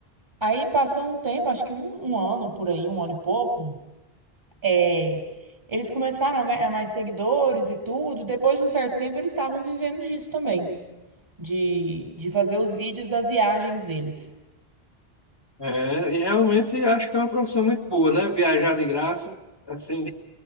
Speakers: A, on the right; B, on the left.
A: Aí passou um tempo, acho que um, um ano por aí, um ano e pouco. É, eles começaram a ganhar mais seguidores e tudo. Depois de um certo tempo, eles estavam vivendo disso também, de, de fazer os vídeos das viagens deles.
B: É, e realmente acho que é uma profissão muito boa, né? Viajar de graça, assim, de-